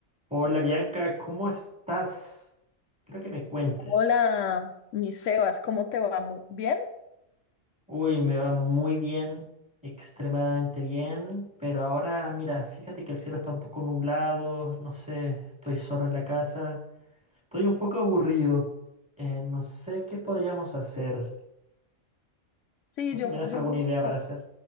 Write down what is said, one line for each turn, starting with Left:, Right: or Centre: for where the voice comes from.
Centre: Hola Bianca, ¿cómo estás? Creo que me cuentes.
Left: Hola, mi Sebas, ¿cómo te va? Muy bien.
Centre: Uy, me va muy bien, extremadamente bien, pero ahora mira, fíjate que el cielo está un poco nublado, no sé, estoy solo en la casa, estoy un poco aburrido, Eh, no sé qué podríamos hacer,
Left: Sí,
Centre: o si
Left: yo,
Centre: me
Left: ju-
Centre: das
Left: yo
Centre: alguna
Left: justo,
Centre: idea para hacer.